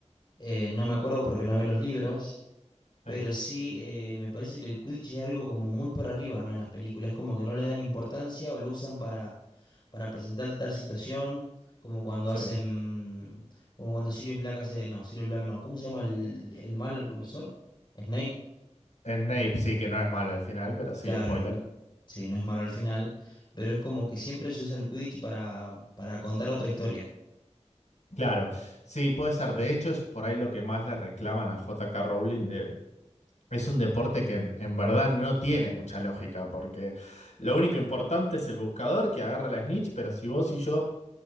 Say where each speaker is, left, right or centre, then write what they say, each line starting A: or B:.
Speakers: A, on the left (about 40°); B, on the left (about 80°).
A: Eh, no me acuerdo porque no vi los libros,
B: Sí,
A: pero sí eh, me parece que el Quidditch es algo como muy por arriba, ¿no? En las películas, como que no le dan importancia o lo usan para, para presentar tal situación, como cuando
B: sí.
A: hacen, como cuando Sirius Black hace, no, Sirius Black no, ¿cómo se llama el, el malo, el profesor? Snape
B: Snape sí que no es malo al final, pero sí,
A: Claro,
B: spoiler.
A: no- sí, no es malo al final, pero es como que siempre se usa el Quidditch para, para contar otra historia.
B: Claro, sí, puede ser. De hecho, es por ahí lo que más le reclaman a J.K. Rowling de... Es un deporte que en, en verdad no tiene mucha lógica, porque lo único importante es el buscador que agarra la snitch, pero si vos y yo